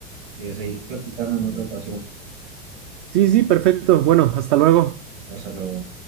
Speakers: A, on the right; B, on the right.
A: eh, seguir platicando en otra ocasión.
B: Sí, sí, perfecto. Bueno, hasta luego.
A: Hasta luego.